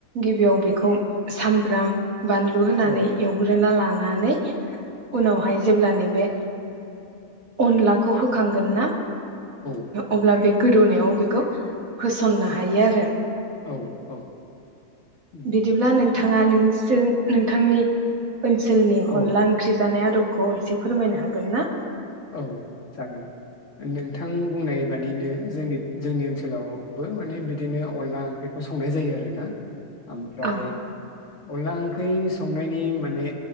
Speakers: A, on the right (about 75°); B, on the left (about 60°).
A: गिबियाव बेखौ सामब्राम बानलु होनानै
B: औ
A: एवग्रोना ला नानै उनावहाय जेब्ला नैबे अनलाखौ होखांगोन ना
B: औ
A: अब्ला बे गोदौनायाव बेखौ होसननो हायो आरो
B: औ औ उम
A: बिदिब्ला नोंथाङा नोंसोर नोंथांनि ओनसोलनि
B: औ
A: अनला ओंख्रि जानाय आदबखौ एसे फोरमायनो हागोन ना
B: औ जागोन नोंथां बुंनाय बादिनो जोंनि जोंनि ओनसोलावबो माने बिदिनो अनला ओंख्रिखौ संनाय जायो आरोना ओमफ्राय
A: औ
B: अनला ओंख्रि संनायनि माने